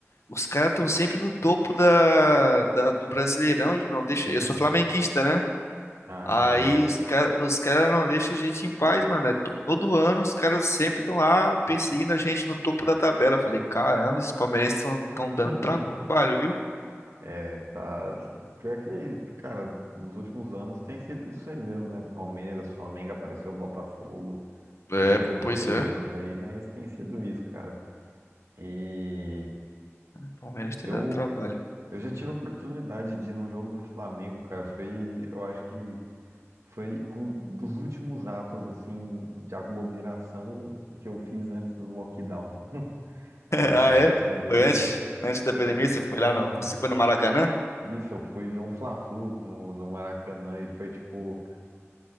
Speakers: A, on the left; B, on the right.
A: os caras tão sempre no topo da, da- do Brasileirão. Não deixa...
B: Sim.
A: Eu sou flamenguista, né?
B: Ah,
A: Aí
B: tá ligado.
A: os caras os cara não deixam a gente em paz, mano. É to- todo ano os caras sempre estão lá perseguindo a gente no topo da tabela. Eu falei, caramba, esses palmeirenses estão
B: <laughs>
A: dando trabalho, viu?
B: É, tá. Pior que, cara, nos últimos anos tem sido isso aí mesmo, né? Palmeiras, Flamengo, apareceu o Botafogo
A: É,
B: nos últimos
A: pois
B: dois
A: é.
B: anos aí, mas tem sido isso, cara. E
A: Palmeiras tem
B: eu,
A: dado trabalho.
B: eu já tive a oportunidade de ir num jogo do Flamengo, cara. Foi, eu acho que Foi um dos últimos atos assim de aglomeração que eu fiz antes do lockdown, <laughs>
A: <laughs>
B: é,
A: Ah, é?
B: da pandemia.
A: Foi antes, antes da pandemia?
B: Eu,
A: Você foi
B: aham,
A: lá, não? Você foi no Maracanã?
B: isso, eu fui ver um Fla-Flu no, no Maracanã e foi tipo